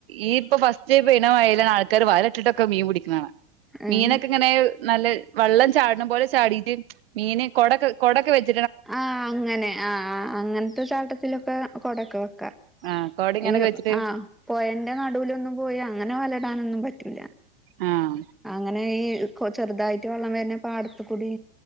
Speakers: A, on the right; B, in the centre.
A: ഈ ഇപ്പം ഫസ്റ്റേ പെയ്യ്ണമഴേലാണ് ആൾക്കാര് വല ഇട്ടിട്ടൊക്കെ മീൻ പിടിക്കുന്നതാണാ
B: ഏഹ്
A: മീനൊക്കെ ഇങ്ങനെ നല്ലത് വെള്ളം ചാട്ണ പോലെ ചാടീറ്റ് മീനെ കൊട കൊടൊക്കെ വെക്
B: ആഹ് അങ്ങനെ ആഹ് അങ്ങൻത്തെ ചാട്ടത്തിലൊക്കെ കൊടക്ക ക്ക
A: ആഹ് കൊട ഇങ്ങനൊക്കെ
B: ഈ
A: വെച്ചിട്ട്
B: ആഹ് പൊയന്റെ നടുവിലൊന്നും പോയാ അങ്ങനെ വല ഇടാനൊന്നും പറ്റൂല
A: ആഹ്
B: അങ്ങനെ ഈ കൊ ചെറുതായിട്ട് വെള്ളം വരുന്ന പാടത്തുകൂടി